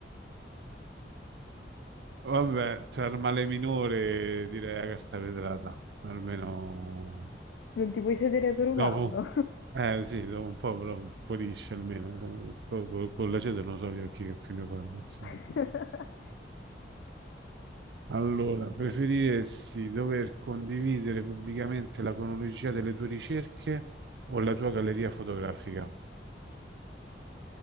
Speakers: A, on the right (about 70°); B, on the left (about 85°).
A: Vabbè, tra il male minore direi la carta vetrata, almeno
B: Non ti puoi sedere per un
A: dopo.
B: anno.
A: Eh sì, dopo un po' però pulisce almeno. Co- co- Con, l'aceto non so gli occhi che più ne fanno. insomma.
B: <laughs>
A: Allora, preferiresti dover condividere pubblicamente la cronologia delle tue ricerche o la tua galleria fotografica?